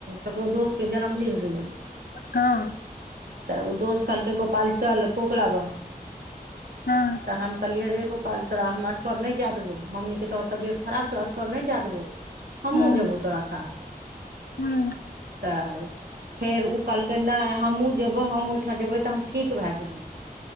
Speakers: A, on the right; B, on the left.
A: ककरो दोस्त के जन्मदिन रहै
B: हँ
A: तऽ ओ दोस्त कहलकै गोपाल चल कोकला बन
B: हँ
A: तऽ हम कहलियै रे गोपाल तोरा हम असकर नहि जाए देबौ मम्मीके तोहर तबिय त खराब छौ असकर नहि जाय देबौ हमहुँ
B: हूँ
A: जेबौ तोरा साथ
B: हूँ
A: तब फेर उ कहलकै नहि हमहूँ जेबै हम ओहिठाम जेबै तऽ हम ठीक भए जेबै